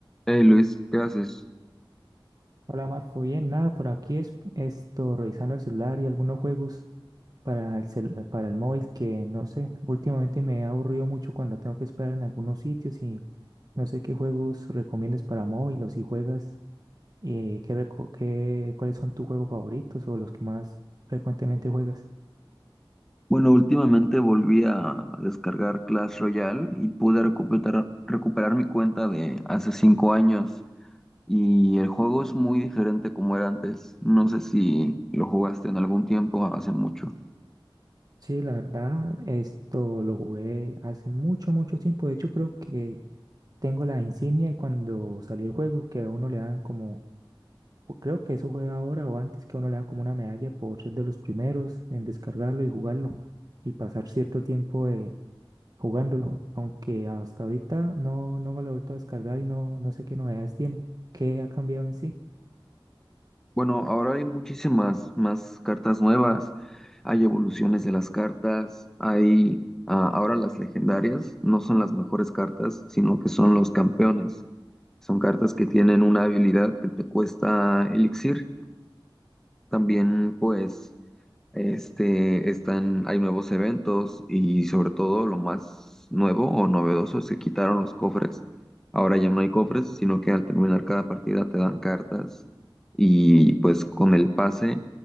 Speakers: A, in the centre; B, on the right.
A: Hey Luis, ¿qué haces?
B: Hola Marco, bien, nada, por aquí es esto, revisando el celular y algunos juegos para el, cel- para el móvil que no sé, últimamente me he aburrido mucho cuando tengo que esperar en algunos sitios y no sé qué juegos recomiendas para móvil o si juegas, eh, qué, reco- qué- cuáles son tus juegos favoritos o los que más frecuentemente juegas.
A: Bueno, últimamente volví a descargar Clash Royale y pude recuperar, recuperar mi cuenta de hace cinco años y el juego es muy diferente como era antes. No sé si lo jugaste en algún tiempo, hace mucho.
B: Sí, la verdad, esto lo jugué hace mucho, mucho tiempo, de hecho creo que tengo la insignia de cuando salió el juego, que a uno le dan como Pu- Creo que eso fue ahora o antes que a uno le dan como una medalla por ser de los primeros en descargarlo y jugarlo y pasar cierto tiempo eh, jugándolo, aunque hasta ahorita no, no me lo he vuelto a descargar y no, no sé qué novedades tiene, qué ha cambiado en sí.
A: Bueno, ahora hay muchísimas más cartas nuevas, hay evoluciones de las cartas, hay ah, ahora las legendarias, no son las mejores cartas, sino que son los campeones. Son cartas que tienen una habilidad que te cuesta elixir, también pues este, están, hay nuevos eventos y sobre todo lo más nuevo o novedoso es que quitaron los cofres. Ahora ya no hay cofres, sino que al terminar cada partida te dan cartas y pues con el pase